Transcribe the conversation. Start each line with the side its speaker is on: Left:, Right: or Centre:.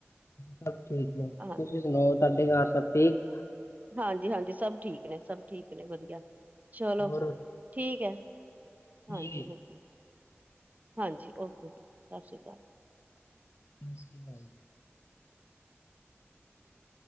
Left: ਸਭ ਠੀਕ ਨੇ
Right: ਹਾਂਜੀ
Left: ਤੁਸੀਂ ਸੁਣਾਓ ਤੁਹਾਡੇ ਘਰ ਸਭ ਠੀਕ।
Right: ਹਾਂਜੀ ਹਾਂਜੀ ਸਭ ਠੀਕ ਨੇ ਸਭ ਠੀਕ ਨੇ ਵਧੀਆ। ਚਲੋਂ
Left: ਹੋਰ
Right: ਠੀਕ ਐ
Left: ਠੀਕ
Right: ਹਾਂਜੀ ਹਾਂਜੀ। ਹਾਂਜੀ ਓਕੇ ਸਤਿ ਸ਼੍ਰੀ ਅਕਾਲ।
Left: <unintelligible>
Right: ਠ